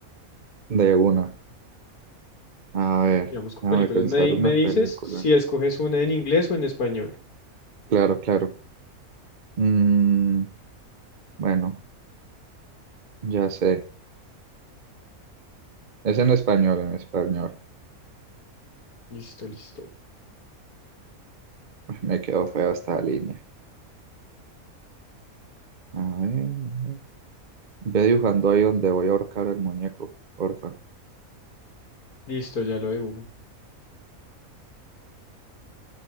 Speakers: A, on the right; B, on the left.
A: De una, a ver,
B: Digamos con
A: déjame
B: películas.
A: pensar
B: Me, di-
A: una
B: me dices
A: película.
B: si escoges una en inglés o en español.
A: Claro, claro. Mm, bueno, ya sé. Es en español, en español.
B: Listo, listo.
A: Ay, Me quedó fea esta línea. A ver, a ver. ve dibujando ahí donde voy a ahorcar al muñeco, porfa.
B: Listo, ya lo dibujo.